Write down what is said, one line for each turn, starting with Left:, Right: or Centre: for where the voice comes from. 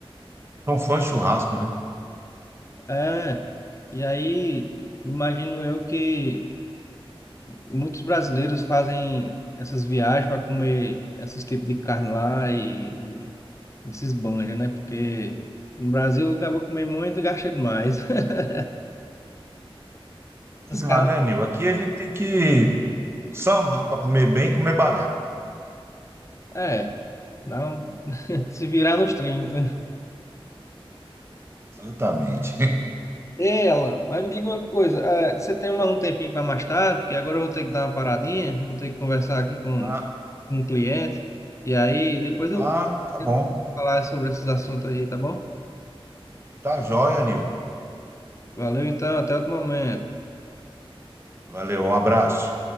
Right: São fãs de churrasco, né?
Left: É. E aí, imagino eu que muitos brasileiros fazem essas viagens para comer esses tipos de carne lá e, e, se esbanja, né? Porque no Brasil acaba comendo muito e gasta demais. <laughs> Essas
Right: Dá,
Left: carnes.
Right: né, Nil? Aqui a gente tem que sambar para comer bem e comer barato.
Left: É. Não, <laughs> se virar nos 30.
Right: Exatamente. <laughs>
Left: Ei, Alan, mas me diga uma coisa, eh, você tem mais um tempinho para mais tarde? Porque agora eu vou ter que dar uma paradinha, eu vou ter que conversar aqui com,
Right: Ah,
Left: com um cliente, e aí depois eu
Right: ah,
Left: vou
Right: tá bom.
Left: falar sobre esses assuntos aí, tá bom?
Right: Tá joia, Nil.
Left: Valeu então, até outro momento.
Right: Valeu, um abraço.